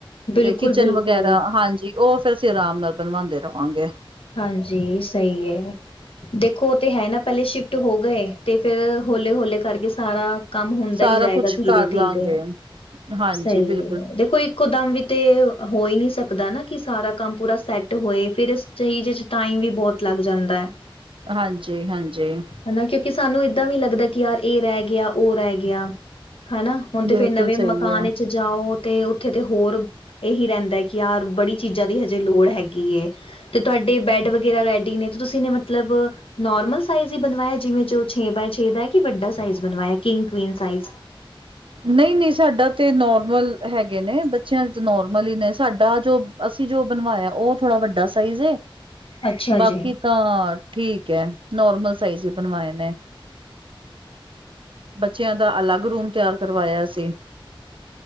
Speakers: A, on the left; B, on the right.
A: ਬਿਲਕੁਲ
B: ਤੇ ਕਿਚਨ
A: ਬਿਲਕੁਲ
B: ਵਗੈਰਾ ਹਾਂਜੀ। ਉ ਫੇਰ ਅਸੀਂ ਆਰਾਮ ਨਾਲ ਬਣਵਾਂਦੇ ਰਵਾਗੇ।
A: ਹਾਂਜੀ, ਸਹੀ ਏ। ਦੇਖੋ ਉ ਤੇ ਹੈ ਨਾ ਪਹਿਲੇ ਸ਼ਿਫਟ ਹੋ ਗਏ ਤੇ ਫਿਰ ਹੌਲੇ-ਹੌਲੇ ਇਸ ਕਰਕੇ ਸਾਰਾ ਕੰਮ ਹੁੰਦਾ
B: ਸਾਰਾ
A: ਈਂ ਜਾਏਗਾ
B: ਕੁਛ
A: ਦੀਰੇ-ਦੀਰੇ।
B: ਕਰ ਲਾਂਗੇ ਹਾਂਜੀ
A: ਸਹੀ
B: ਬਿਲਕੁਲ
A: ਏ ਦੇਖੋ ਇ ਇਕੋ ਦਮ ਵੀ ਤੇ ਹੋਈ ਨੀ ਸਕਦਾ ਨਾ ਕਿ ਸਾਰਾ ਕੰਮ ਪੂਰਾ ਸੈੱਟ ਹੋਏ ਫਿਰ ਇ ਚੀਜ ਚ ਟਾਈਮ ਵੀ ਬਹੁਤ ਲੱਗ ਜਾਂਦਾ ਏ।
B: ਹਾਂਜੀ-ਹਾਂਜੀ।
A: ਹੈਨਾ ਕਿਉਂਕਿ ਸਾਨੂੰ ਏਦਾਂ ਵੀ ਲੱਗਦਾ ਕਿ ਯਾਰ ਇਹ ਰਹਿ ਗਿਆ ਉਹ ਰਹਿ ਗਿਆ ਹਨਾ। ਹੁਣ ਤੇ
B: ਬਿਲਕੁਲ
A: ਫੇਰ ਨਵੇਂ
B: ਸਹੀ
A: ਮਕਾਨ
B: ਆ।
A: ਵਚ ਜਾਓ ਤੇ ਉੱਥੇ ਤੇ ਹੋਰ ਇਹੀ ਰਹਿੰਦਾ ਏ ਕਿ ਯਾਰ ਬੜੀ ਚੀਜ਼ਾਂ ਦੀ ਹਜੇ ਲੋੜ ਹੈਗੀ ਏ। ਤੇ ਤੁਹਾਡੇ ਬੈਡ ਵਗੈਰਾ ਰੈਡੀ ਨੇ ਤੇ ਤੁਸੀਂ ਨੇ ਮਤਲਬ ਨੋਰਮਲ ਸਾਈਜ ਈ ਬਣਵਾਇਆ ਜਿਵੇਂ ਜੋ ਛੇ ਬਾਈ ਛੇ ਦਾ ਏ ਵੱਡਾ ਸਾਈਜ ਬਣਵਾਇਆ ਕਿੰਗ ਕੀਵੀਨ ਸਾਈਜ।
B: ਨਈ-ਨਈ, ਸਾਡਾ ਤੇ ਨੋਰਮਲ ਹੈਗੇ ਨੇ ਬੱਚਿਆਂ ਚ ਨੋਰਮਲ ਹੀ ਨੇ ਸਾਡਾ ਜੋ ਅਸੀਂ ਜੋ ਬਣਵਾਇਆ ਉਹ ਥੋੜਾ ਵੱਡਾ ਸਾਈਜ਼ ਏ।
A: ਅੱਛਾ
B: ਬਾਕੀ
A: ਜੀ
B: ਤਾਂ ਠੀਕ ਏ, ਨੋਰਮਲ ਸਾਈਜ਼ ਈ ਬਣਵਾਏ ਨੇ। ਬੱਚਿਆਂ ਦਾ ਅਲੱਗ ਰੂਮ ਤਿਆਰ ਕਰਵਾਇਆ ਅਸੀਂ।